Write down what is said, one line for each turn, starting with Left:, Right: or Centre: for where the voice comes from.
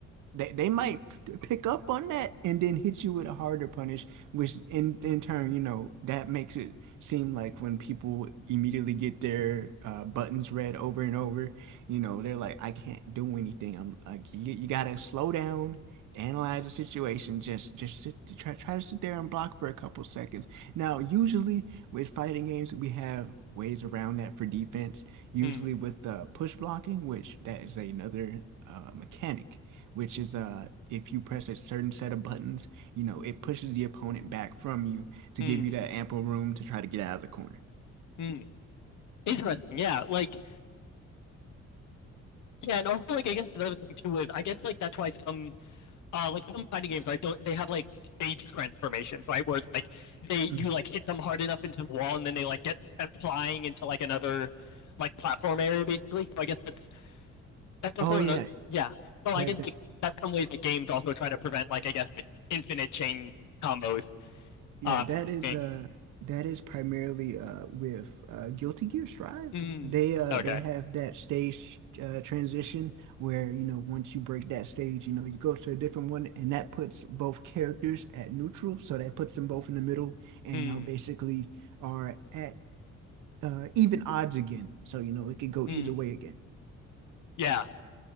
Right: they they might pick up on that and then hit you with a harder punish, which in in turn, you know, that makes it seem like when people immediately get their uh, buttons read over and over, you know, they're like, I can't do anything. I'm like, you, you gotta slow down, analyze the situation, just just sit try try to sit there and block for a couple seconds. Now, usually with fighting games, we have ways around that for defense, usually
Left: Hmm.
Right: with uh, push blocking, which that is another uh, mechanic which is uh if you press a certain set of buttons, you know, it pushes the opponent back from you to
Left: Hmm.
Right: give you that ample room to try to get out of the corner.
Left: Hmm. Interesting. Yeah. Like. Yeah, and also like I guess another thing too is I guess like that's why some uh like some fighting games right don't they have like stage transformations right where it's like they
Right: Mm.
Left: you like hit them hard enough into the wall and then they like get sent flying into like another like platform area basically so I guess that's that's also
Right: Oh yeah.
Left: another yeah so
Right: Yeah,
Left: I guess
Right: that,
Left: like that's some way the games also try to prevent like I guess like, infinite chain combos
Right: yeah,
Left: uh
Right: that is
Left: game.
Right: uh that is primarily uh with uh Guilty Gear Strive.
Left: Mm,
Right: They uh
Left: okay
Right: they have that stage uh transition where, you know, once you break that stage, you know, you go to a different one and that puts both characters at neutral, so that puts them both in the middle and
Left: mm,
Right: y'all basically are at uh, even odds again. So, you know, it could go
Left: mm,
Right: either way again.
Left: yeah